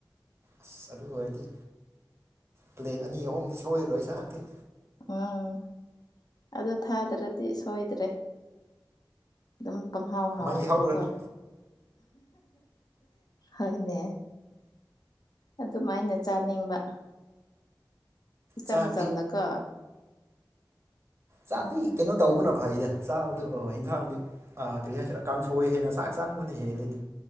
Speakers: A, on the right (about 35°); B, on the left (about 55°).
A: ꯑꯁ ꯑꯗꯨ ꯑꯣꯏꯔꯗꯤ ꯄ꯭ꯂꯦꯠ ꯑꯅꯤ ꯑꯍꯨꯝꯗꯤ ꯁꯣꯏꯔꯣꯏ ꯏꯟꯁꯥꯡꯗꯤ
B: ꯎꯝ ꯑꯗꯣ ꯊꯥꯗ꯭ꯔꯗꯤ ꯁꯣꯏꯗ꯭ꯔꯦ ꯑꯗꯨꯝ ꯄꯪꯍꯥꯎ ꯍꯥꯎꯔꯦꯕꯀꯣ
A: ꯃꯩ ꯍꯧꯔꯅꯤ
B: ꯍꯣꯏꯅꯦ ꯑꯗꯨꯃꯥꯏꯅ ꯆꯥꯅꯤꯡꯕ ꯏꯆꯝ
A: ꯆꯥꯛꯇꯤ
B: ꯆꯝꯅꯀꯣ
A: ꯆꯥꯛꯇꯤ ꯀꯩꯅꯣ ꯇꯧꯕꯅ ꯐꯩꯗ ꯆꯥꯕꯗꯣ ꯑꯣ ꯍꯟꯁꯥꯡꯗꯤ ꯑꯥ ꯀ꯭ꯔꯤ ꯍꯥꯏꯁꯤꯔ ꯀꯥꯡꯁꯣꯏ ꯍꯦꯟꯅ ꯆꯥꯛ ꯆꯥꯡꯕꯅ ꯍꯦꯜꯂꯤꯅꯤ